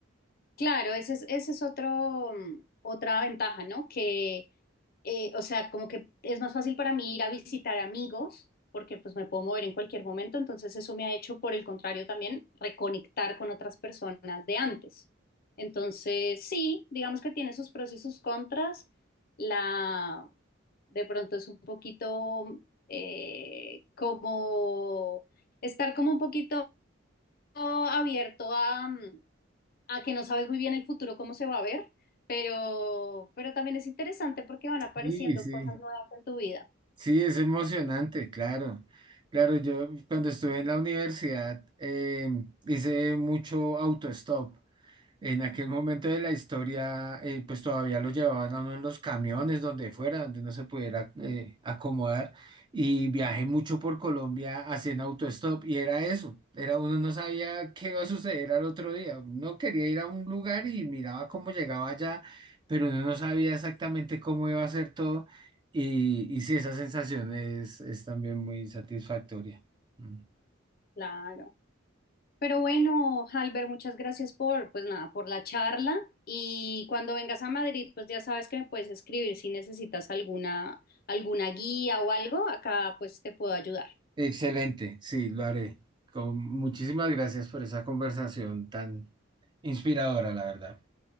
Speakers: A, on the left; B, on the right.
A: Claro, ese es, ese es otro, mm, otra ventaja, ¿no? Que, eh, o sea, como que es más fácil para mí ir a visitar amigos, porque pues me puedo mover en cualquier momento, entonces eso me ha hecho, por el contrario, también reconectar con otras personas de antes. Entonces, sí, digamos que tiene sus pros y sus contras. La, de pronto es un poquito eh, como estar como un poquito abierto a, mm, a que no sabes muy bien el futuro cómo se va a ver, pero, pero también es interesante porque van apareciendo
B: Sí, sí,
A: cosas nuevas en tu vida.
B: sí, es emocionante, claro. Claro, yo cuando estuve en la universidad eh, hice mucho autostop. En aquel momento de la historia, eh, pues todavía lo llevaban a uno en los camiones, donde fuera, donde no se pudiera eh, acomodar. Y viajé mucho por Colombia haciendo autostop y era eso. Era, uno no sabía qué iba a suceder al otro día. Uno quería ir a un lugar y miraba cómo llegaba allá, pero uno no sabía exactamente cómo iba a ser todo. Y, y sí, esa sensación es, es también muy satisfactoria. Mm.
A: Claro. Pero bueno, Halber, muchas gracias por, pues nada, por la charla. Y cuando vengas a Madrid, pues ya sabes que me puedes escribir si necesitas alguna, alguna guía o algo, acá pues te puedo ayudar.
B: Excelente, sí, lo haré. Con, muchísimas gracias por esa conversación tan inspiradora, la verdad.